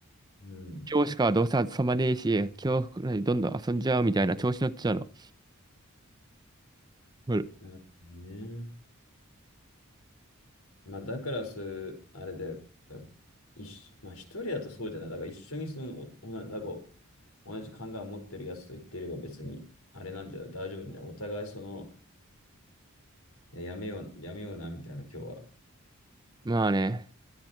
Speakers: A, on the left; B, on the right.
A: うん。
B: 今日しかどうせ遊ばねえし、今日くらいどんどん遊んじゃうみたいな調子乗っちゃうの。うん
A: なるほどね。まあ、だからす、あれだよ。一緒、まあ、一人だとそうじゃない。だから一緒にその、お、おな、だか同じ考えを持ってるやつと言ってれば別に、あれなんじゃない大丈夫ね。お互いその、いや、やめよう、やめような、みたいな、今日は。
B: まあね、